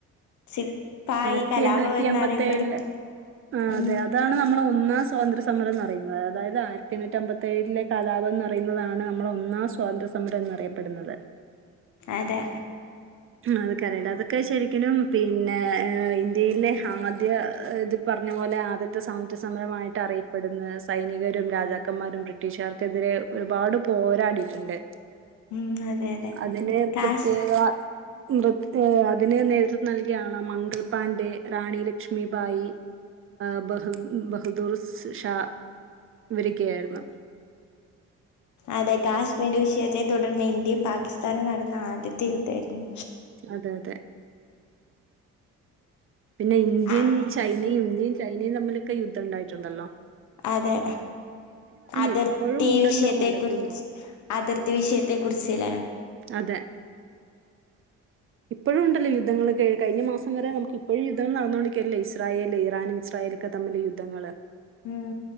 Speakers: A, on the left; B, on the right.
A: സി പ്പായി
B: ആയിരത്തി
A: കലാപം
B: എണ്ണൂറ്റി
A: എന്നറിയപ്പെടുന്നു
B: അമ്പത്തേഴില് ആഹ്
A: ഉം
B: അതെ അതാണ് നമ്മളെ ഒന്നാം സ്വാതന്ത്ര സമരന്ന് പറയുന്നത് അതായത് ആയിരത്തി എണ്ണൂറ്റി അമ്പത്തി ഏഴിലെ കലാപം നട പറയുന്നതാണ് നമ്മടെ ഒന്നാം സ്വാതന്ത്ര്യ സമരം എന്നറിയപ്പെടുന്നത്
A: അതെ
B: ആഹ് അതെക്കറിയാലെ അതൊക്കെ ശരിക്കിനും പിന്നെ ഏഹ് ഇന്ത്യയിലെ ആദ്യ ഇത് ഈ പറഞ്ഞ പോലെ ആദ്യത്തെ സ്വാതന്ത്ര സമരായിട്ട് അറിയപ്പെടുന്ന സൈനികരും രാജാക്കന്മാരും ബ്രിട്ടീഷുകാർക്കെതിരെ ഒരുപാട് പോരാടിട്ട്ണ്ട്
A: ഉം അതെ അതെ
B: അതിന്
A: കാശ്
B: പ്രത്യേക മൃദ് ഏഹ് അതിന് നേതൃത്വം നൽകിയ ആളാണ് മംഗൾപാണ്ഡെ റാണി ലക്ഷ്മിബായി ആഹ് ബഹ് ബഹ്ദൂർ ഷാ ഇവരൊക്കെ ആയിരുന്നു
A: അതെ കാശ്മീർ വിഷയത്തെ തുടർന്ന് ഇന്ത്യയും പാകിസ്ഥാനും നടന്ന ആദ്യത്തെ യുദ്ധായിരുന്നു
B: അതെ അതെ പിന്നെ ഇന്ത്യൻ
A: ആയ്
B: ചൈനയും ഇന്ത്യയും ചൈനയും തമ്മിലൊക്കെ യുദ്ധം ഇണ്ടായിട്ടുണ്ടല്ലോ
A: അതെ അതിർത്തി
B: ഇപ്പോഴും ഉണ്ടല്ലോ
A: വിഷയത്തെ
B: നടക്കുന്നു
A: കുറിച്ച് അതിർത്തി വിഷയത്തെ കുറിച്ച്ലേ
B: അതെ ഇപ്പഴുണ്ടല്ലോ യുദ്ധങ്ങളക്കെ കഴിഞ്ഞ മാസം വരെ നമ്മക്ക് ഇപ്പഴും യുദ്ധങ്ങള് നടന്നോണ്ടരിക്കല്ലേ ഇസ്രായേല് ഇറാനും ഇസ്രയേലും ക്കെ തമ്മില് യുദ്ധങ്ങള്
A: ഉം